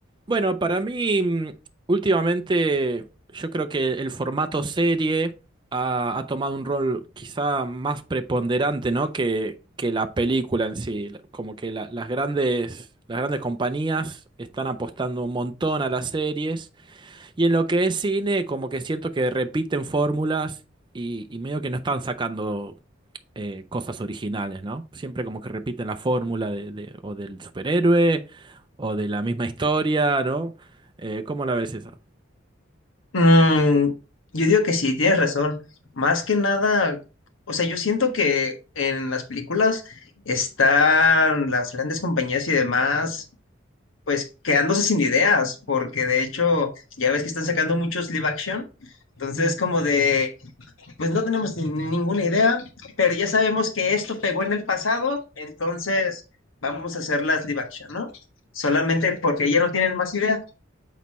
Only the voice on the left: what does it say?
Mm, yo digo que sí, tienes razón. Más que nada, o sea, yo siento que en las películas están las grandes compañías y demás, pues quedándose sin ideas, porque de hecho ya ves que están sacando muchos live action. Entonces,
como de, pues no tenemos ni- ni ninguna idea, pero ya sabemos que esto pegó en el pasado, entonces vamos a hacer las live action, ¿no? Solamente porque ya no tienen más ideas.